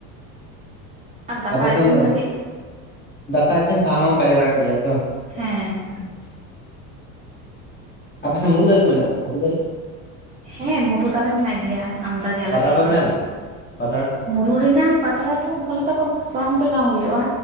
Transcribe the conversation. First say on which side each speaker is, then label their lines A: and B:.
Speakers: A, on the right (about 15°); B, on the left (about 20°).
A: ᱟᱨ ᱫᱟᱠᱟ
B: ᱟᱯ ᱥᱮᱱ
A: ᱤᱥᱤᱱ
B: ᱫᱚ
A: ᱞᱟᱹᱜᱤᱫ
B: ᱫᱟᱠᱟ ᱤᱥᱤᱱ ᱥᱟᱦᱟᱱ ᱦᱚᱸ ᱠᱟᱡᱮ ᱞᱟᱜᱟᱜ ᱜᱮᱭᱟ ᱛᱚ
A: ᱦᱮᱸ
B: ᱟᱯᱮ ᱥᱮᱫ ᱢᱩᱨᱩᱫ ᱠᱚ ᱢᱮᱱᱟᱜ ᱟ ᱥᱮ ᱵᱟᱝ ᱢᱩᱨᱩᱫ ᱫᱟ. ᱨᱮ
A: ᱦᱮᱸ ᱢᱩᱨᱩ ᱫᱟᱨᱮ ᱢᱮᱱᱟᱜ ᱜᱮᱭᱟ ᱟᱢᱫ ᱜᱮ ᱟᱞᱮ
B: ᱯᱟᱛᱲᱟ
A: ᱥᱮᱫ
B: ᱯᱮ
A: ᱫᱚ
B: ᱵᱮᱱᱟᱣ ᱜᱮᱭᱟ ᱯᱟᱛᱲᱟ
A: ᱢᱩᱨᱩ ᱨᱮᱱᱟᱝ ᱯᱟᱛᱲᱟ ᱫᱚ ᱚᱱᱠᱟ ᱞᱮᱠᱟ ᱫᱚ ᱵᱟᱝ ᱵᱮᱱᱟᱣ ᱦᱩᱭᱩᱜᱼᱟ